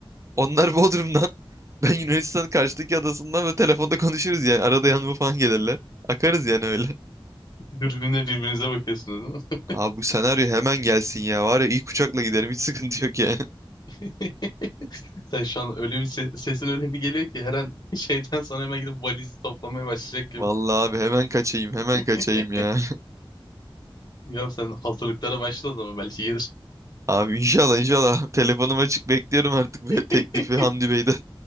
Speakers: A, on the right (about 35°); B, on the left (about 45°).
A: Onlar Bodrum'dan. <laughs> Ben Yunanistan'ın karşıdaki adasından böyle telefonda konuşuruz yani. Arada yanıma falan gelirler. Akarız yani öyle.
B: Dürbünle birbirinize bakıyorsunuz değil mi?
A: Abi bu senaryo hemen gelsin ya. Var ya ilk uçakla giderim hiç sıkıntı yok yani.
B: <laughs> Sen şu an öyle bir ses, sesin öyle bir geliyor ki her an <laughs> şeyden sonra hemen gidip valizi toplamaya başlayacak
A: <laughs>
B: gibi.
A: Vallahi abi hemen kaçayım hemen
B: <laughs>
A: kaçayım ya.
B: Ya sen hazırlıklara başla o zaman belki gelir.
A: <laughs> Abi inşallah inşallah telefonum açık bekliyorum artık be teklifi
B: <laughs>
A: Hamdi Bey'den.